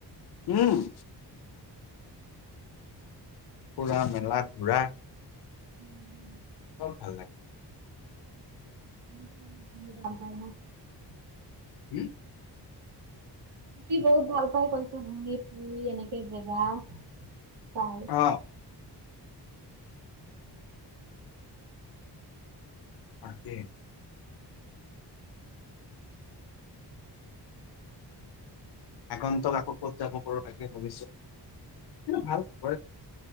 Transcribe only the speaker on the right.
<inaudible>
<unintelligible>
সি বহুত ভাল পাই কৈছো ঘুৰি ফুৰি এনেকে জেগাৰ পাই।